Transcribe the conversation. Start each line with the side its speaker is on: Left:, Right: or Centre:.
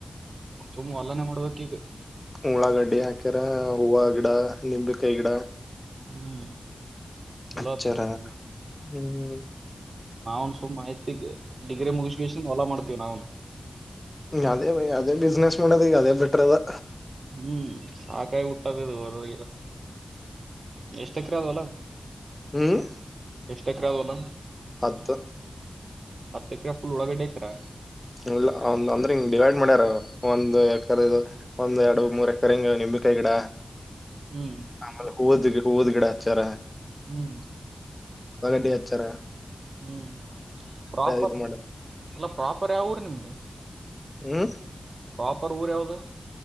Right: ಸುಮ್ಮ ಹೋಲ್ಲಾನೇ ಮಾಡ್ಬೇಕ ಈಗ
Left: ಉಳ್ಳಾಗಡ್ಡಿ ಹಾಕ್ಯರ ಹೂವ ಗಿಡ ನಿಂಬೆ ಕಾಯಿ ಗಿಡ
Right: ಹ್ಮ್ ಚೊಲೋ
Left: ಹಚ್ಚಾರ
Right: ಆತ ಬ್ಯುಸಿನೆಸ್
Left: ಹ್ಮ್
Right: ನಾವ್ನ್ ಸುಮ ಮಾಹಿತಿಗ್ ಡಿಗ್ರಿ ಮುಗಿಸಿದ ಹೊಲಾ ಮಾಡ್ತೀವಿ ನಾವು
Left: ಅದೇ ಅದೇ ಬಿಸಿನಸ್ ಮಾಡಣದಕ್ಕೆ ಅದೇ ಬೆಟ್ರದಾ
Right: ಹ್ಮ್ ಸಖಾಯಿ ಬಿಟ್ಟದ ಹೊದ ಎಷ್ಟ ಎಕರೆ ಹೊಲ
Left: ಹ್ಮ್
Right: ಎಷ್ಟ ಎಕರೆ ಹೊಲ
Left: ಹತ್ತು
Right: ಹತ್ತ ಎಕರೆ ಫುಲ್ ಉಳ್ಳಾಗಡ್ಡಿ ಹಾಕಿರ
Left: ಇಲ್ಲ ಅಂದ್ರೆ ಹಿಂಗ್ ಡಿವೈಡ್ ಮಾಡ್ಯಾರ ಒಂದ್ ಎಕರೆ ಇದು ಒಂದ್ ಎರಡು ಮೂರ್ ಎಕರ್ ಹಿಂಗ ನಿಮ ಈಗಡ
Right: ಹ್ಮ್
Left: ಆಮೇಲೆ ಹೋವದ ಹೋವದ ಗಿಡ ಹಚ್ಚಾರ
Right: ಹ್ಮ್
Left: ಎಡಿ ಹಚ್ಚಾರಾ
Right: ಹ್ಮ್ ಪ್ರಾಪರ್
Left: ಇದ್ ಮಾಡ
Right: ಎಲ್ಲ ಪ್ರಾಪರ್ ಯಾವ ಊರ ನಿಮ್ದು
Left: ಹ
Right: ಪ್ರಾಪರ್ ಊರ್ ಯಾವ್ದ